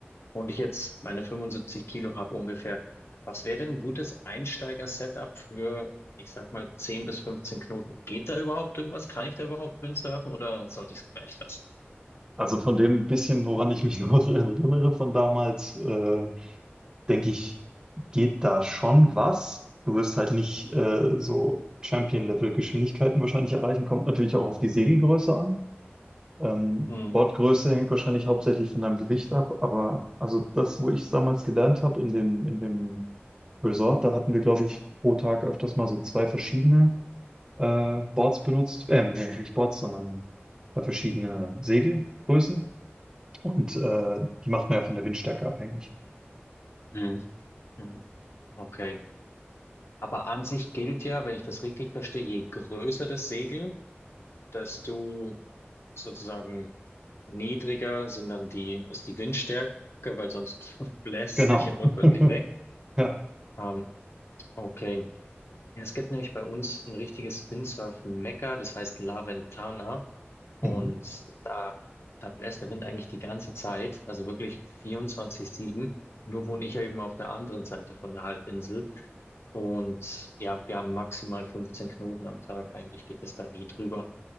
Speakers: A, on the left; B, on the right.
A: und ich jetzt meine 75 Kilo habe ungefähr, was wäre denn ein gutes Einsteiger-Setup für, ich sag mal, 10 bis 15 Knoten? Geht da überhaupt irgendwas? Kann ich da überhaupt Windsurfen oder sollte ich es gleich lassen?
B: Also von dem bisschen, woran ich mich <laughs> noch erinnere von damals, äh, denke ich, geht da schon was. Du wirst halt nicht äh, so Champion-Level-Geschwindigkeiten wahrscheinlich erreichen. Kommt natürlich auch auf die Segelgröße an. Ähm,
A: Mhm.
B: Wortgröße hängt wahrscheinlich hauptsächlich von deinem Gewicht ab, aber also das, wo ich es damals gelernt habe in dem, in dem Resort, da hatten wir, glaube ich, pro Tag öfters mal so zwei verschiedene äh, Boards benutzt. Ähm, nee, nicht Boards, sondern zwei verschiedene Segelgrößen. Und äh, die macht man ja von der Windstärke abhängig.
A: Mhm. Mhm. Okay. Aber an sich gilt ja, wenn ich das richtig verstehe, je größer das Segel, desto sozusagen niedriger sind dann die, ist die Windstärke, weil sonst <laughs> bläst
B: Genau.
A: sich ja wortwörtlich
B: <laughs>
A: weg.
B: Ja.
A: Ähm, okay. Ja, es gibt nämlich bei uns ein richtiges Windsurf-Mekka, das heißt La Ventana. Und
B: Mhm.
A: da, da bläst der Wind eigentlich die ganze Zeit, also wirklich 24/7. Nur wohne ich ja eben auf der anderen Seite von der Halbinsel. Und ja, wir haben maximal 15 Knoten am Tag. Eigentlich geht es da nie drüber.